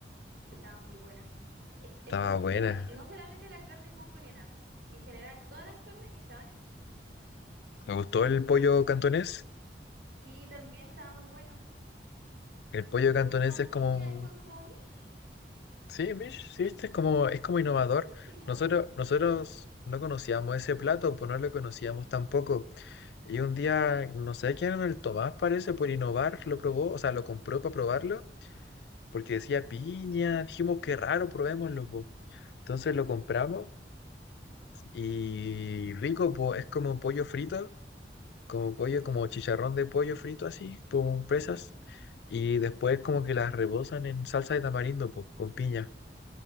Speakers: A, on the right; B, on the left.
A: estaba muy buena. Es,
B: Estaba
A: es que
B: buena.
A: no, no solamente la carne mongoliana, en general, todas las carnes estaban exquisitas.
B: Me gustó el pollo cantonés.
A: Sí, también estaba muy bueno.
B: El pollo
A: Lo
B: cantonés
A: comí con
B: es
A: piña
B: como,
A: y fue como "Mish,
B: sí, mish, sí, este es como, es como innovador.
A: riquísimo.
B: Nosotros, nosotros no conocíamos ese plato, pues no lo conocíamos tampoco. Y un día, no sé quién era el Tomás, parece, por innovar, lo probó, o sea, lo compró para probarlo, porque decía piña, dijimos qué raro, probémoslo, po". Entonces lo compramos y rico, pues es como pollo frito como pollo, como chicharrón de pollo frito así, con presas, y después como que las rebosan en salsa de tamarindo, pues, con piña.